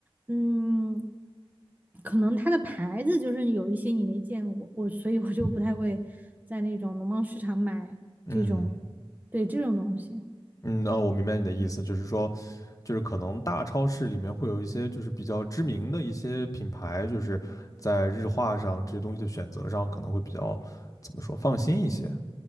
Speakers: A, on the right; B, on the left.
A: 嗯，可能它的牌子就是有一些你没见过，我所以我就不太会在那种农贸市场买这种，
B: 嗯
A: 对这种东西。
B: 嗯，那我明白你的意思，就是说，就是可能大超市里面会有一些就是比较知名的一些品牌，就是在日化上这些东西的选择上可能会比较怎么说放心一些，